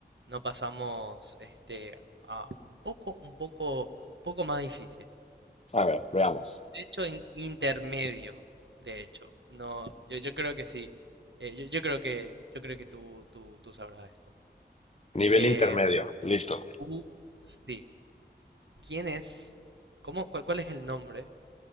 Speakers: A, on the right; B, on the left.
A: no pasamos este, a un poco, un poco, un poco más difícil?
B: A ver, veamos.
A: De hecho, in- intermedio, de hecho. No, yo, yo creo que sí. Eh, yo, yo creo que, yo creo que tú, tú, tú sabrás esto.
B: Nivel
A: Em,
B: intermedio, listo.
A: tú- sí. ¿Quién es? ¿Cómo, cuál, cuál es el nombre